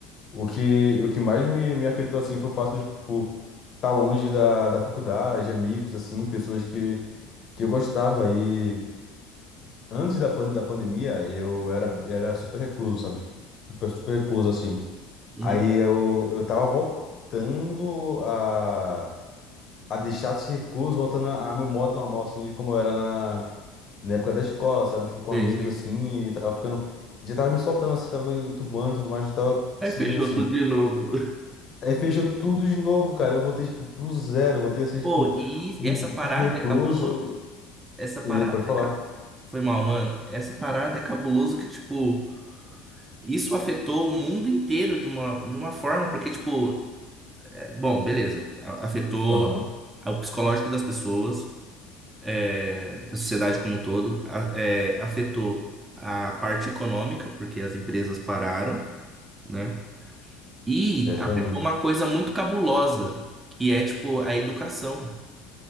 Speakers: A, on the left (about 45°); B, on the right (about 20°).
A: o que, o que mais me, me afetou, assim, foi o fato de, tipo, estar longe da, da faculdade, amigos, assim, pessoas que, que eu gostava. E antes da, pan, da pandemia, eu era, era super recluso, sabe? Super, super recluso, assim.
B: Uhum,
A: Aí eu, eu tava voltando a, a deixar de ser recluso, voltando a- ao meu modo normal, assim, de como eu era na, na época da escola, sabe? Tipo, com
B: sei,
A: amigos,
B: sei.
A: assim, e tava ficando... Já tava me soltando, assim, tava enturmando e tudo mais, eu tava
B: Aí
A: seguindo,
B: fechou
A: assim.
B: tudo de novo.
A: Aí fechou tudo de novo, cara. Eu voltei, tipo, pro zero. Eu Voltei a ser,
B: Pô,
A: tipo, um,
B: e
A: um
B: essa
A: bicho
B: parada
A: recluso.
B: é cabuloso. Essa parada
A: E pode falar.
B: é cabuloso. Foi mal, mano. Essa parada é cabuloso que, tipo, isso afetou o mundo inteiro de uma, de uma forma, porque, tipo, é, bom, beleza, a- afetou
A: Aham,
B: o psicológico das pessoas, é, da sociedade como um todo, a- é, afetou a parte econômica, porque as empresas pararam, né? E
A: exatamente.
B: afetou uma coisa muito cabulosa, que é, tipo, a educação.